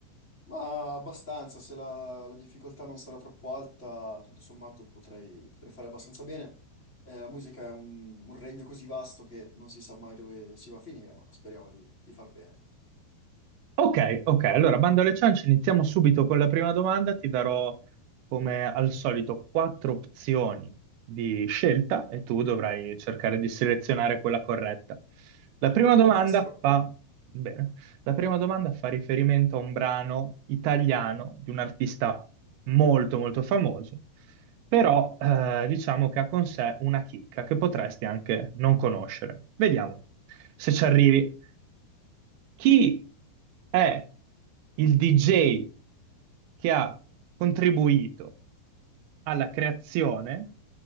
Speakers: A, on the left; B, on the right.
A: Ma abbastanza, se la, la difficoltà non sarà troppo alta, tutto sommato potrei, potrei fare abbastanza bene. Eh, la musica è un, un regno così vasto che non si sa mai dove si va a finire, ma speriamo di, di far bene.
B: Ok, ok, allora bando alle ciance, iniziamo subito con la prima domanda. Ti darò, come al solito, quattro opzioni di scelta e tu dovrai cercare di selezionare quella corretta. La prima domanda
A: Fantastico.
B: fa, bene, la prima domanda fa riferimento a un brano italiano di un artista molto molto famoso, però eh, diciamo che ha con sé una chicca che potresti anche non conoscere. Vediamo se ci arrivi. Chi è il DJ che ha contribuito alla creazione